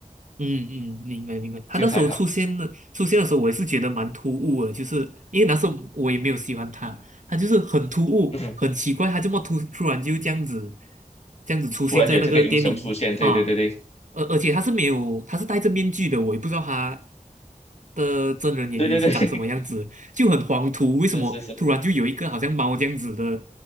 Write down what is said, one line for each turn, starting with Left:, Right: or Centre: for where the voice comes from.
Right: 嗯嗯，明白明白。他那时候出现的出现的时候，
Left: <laughs> 就还好。
Right: 我也是觉得蛮突兀的，就是因为那时候我也没有喜欢他，他就是很突兀，
Left: 嗯，
Right: 很奇怪，他这么突突然就这样子，这样子出现在那个电影里啊，
Left: 突然有这个英雄出现，对对对对
Right: 而而且他是没有，他是戴着面具的，我也不知道他的真人演员是长什么样子，
Left: 对对对，<laughs>
Right: 就很黄图，为什么突然就有一个好像猫这样子的
Left: 是是是